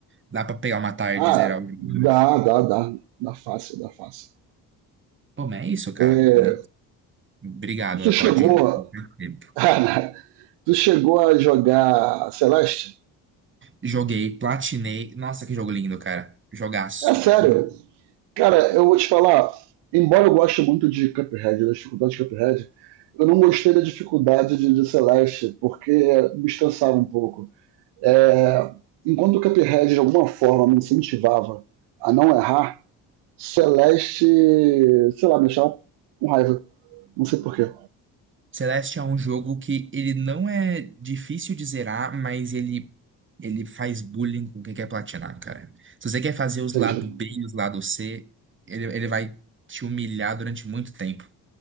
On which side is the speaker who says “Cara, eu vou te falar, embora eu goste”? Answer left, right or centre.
Right